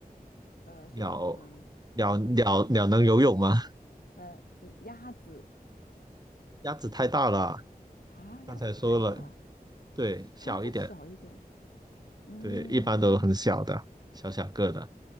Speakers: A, on the left; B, on the right.
A: 呃，是那种，
B: 鸟，
A: 嗯、
B: 鸟，
A: 嗯、
B: 鸟，鸟能游泳吗？
A: 呃，一鸭子
B: 鸭子太大了，
A: 啊，鸭子还大，
B: 刚才说了，对，小一点，
A: 还要再小一点，嗯。
B: 对，一般都很小的，小小个的。